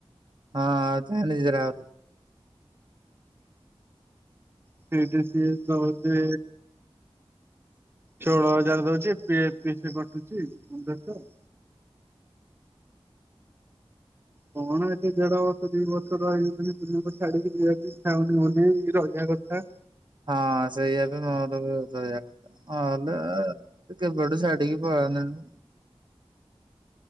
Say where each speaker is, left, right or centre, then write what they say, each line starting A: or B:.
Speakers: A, on the right; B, on the right.
A: ହଁ <unintelligible>
B: ସେଇଟା ସିଏ ତତେ ଷୋଳ ହଜାର୍ ଦଉଛି ପିଏ ପି କଟୁଛି ପନ୍ଦରଶହ। କଣ ଏତେ ଦେଢ ବର୍ଷ, ଦି ବର୍ଷର ରହିବିନି ଛାଡିକି ଯିବାକୁ ଇଚ୍ଛା ହଉନି ବୋଲି ରହିବା କଥା।
A: ହଁ ସେଇଆ ବି ମୋର ବି <unintelligible> ନହେଲେ କେବେଠୁ ଛାଡ଼ିକି ପଳାନ୍ତିନି।